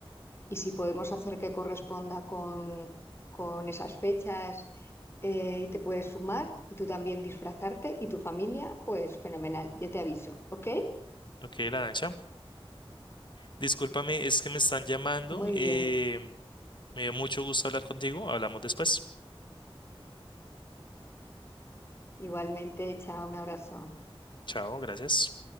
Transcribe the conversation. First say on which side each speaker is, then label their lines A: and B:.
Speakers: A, on the left; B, on the left.
A: y si podemos hacer que corresponda con, con esas fechas eh, y te puedes sumar y tú también disfrazarte y tu familia, pues fenomenal, yo te aviso, ¿ok?
B: Ok, la danza. Discúlpame, es que me están llamando.
A: Muy
B: eh,
A: bien,
B: me dio mucho gusto hablar contigo. Hablamos después.
A: igualmente, chao, un abrazo.
B: Chao, gracias.